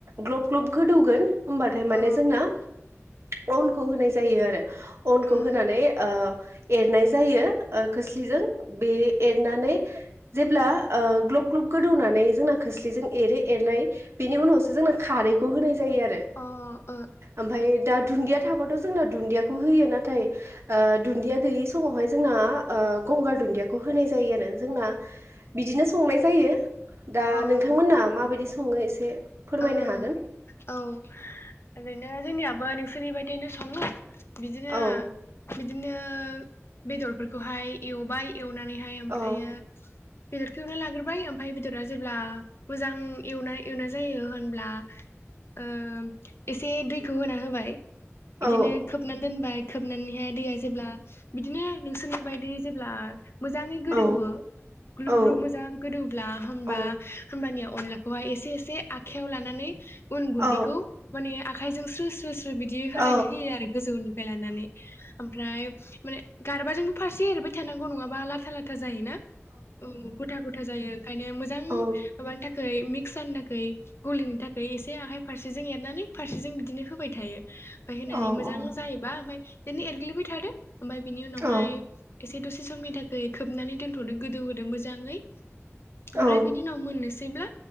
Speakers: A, on the right; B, on the left.
A: ग्लब ग्लब गोदौगोन होमबाथाय माने
B: ओ
A: जोंना अनखौ होनाय जायो आरो अनखौ
B: ओ
A: होनानै ओ एरनाय जायो ओ खोस्लिजों बे एरनानै जेब्ला ओ ग्लब ग्लब गोदौनानै जोंना खोस्लिजों एरो एरनाय बेनि उनावसो जोंना खारैखौ होनाय जायो आरो
B: औ अ ओ ओ
A: ओमफ्राय दा दुन्दिया थाबाथ जोंना दुन्दियाखौ होयो नाथाय ओ दुन्दिया गौयि स मावहाय जोंना ओ गंगार दुन्दियाखौ होनाय जायो आरो जोंना बिदिनो संनाय जायो दा
B: ओ
A: नोंथांमोना माबायदि सङो एसे फोरमायनो
B: ओ
A: हागोन
B: औ ओरैनो जोंनियाबो नोंसोरनि बायदिनो सङो। बिदिनो
A: औ
B: बिदिनो बेदरफोरखौहाय एवबाय एवनानैहाय ओमफ्रायो
A: औ
B: बेदरखौ एवना लाग्रोबाय ओमफ्राय बेदरा जेब्ला मोजां एवनाय एवनाय जायो होनब्ला ओ एसे दैखौ होना होबाय। बिदिनो
A: औ
B: खोबनानै दोनबाय खोबनानैहाय दैया जेब्ला बिदिनो नोंसोरनि बायदि जेब्ला मोजाङै गोदौओ
A: औ
B: ग्लुब
A: औ
B: ग्लुब मोजां गोदौब्ला होमबा
A: औ
B: होमबानिया अनलाखौहाय एसे एसे आखाइायाव लानानै उन गुन्दैखौ
A: औ
B: माने आखायजों स्रु स्रु स्रु बिदि होलायनो
A: औ
B: होयो आरो गोजौनिफ्राय लानानै। ओमफ्राय माने गारबाजोंबो फारसे एरबाय थानांगौ नङाबा लाथा लाथा जायोना। औ गथा गथा जायो ओंखायनो मोजां
A: औ
B: माबानि थाखाय मिक्स जानो थाखाय गलिनि थाखाय एसे आखाइ फारसेजों एरनानै फारसेजों बिदिनो होबाय थायो। ओमफ्राय होननानै
A: औ
B: मोजां
A: औ
B: जायोबा ओमफ्राय बिदिनो एरग्लिबाय थादो ओमफ्राय बिनि उनावहाय
A: औ
B: ए से दसे समनि थाखाय खोबनानै दोनथ'दो गोदौहोदो मोजाङै
A: औ
B: ओमफ्राय बिनि उनाव मोननो सैब्ला